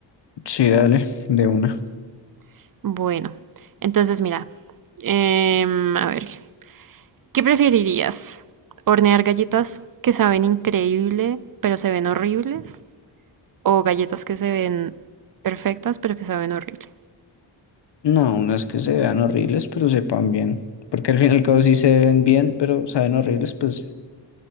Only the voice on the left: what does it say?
sí, dale, de una.
No, unas que se vean horribles, pero sepan bien. Porque al fin y al cabo sí se ven bien, pero saben horribles, pues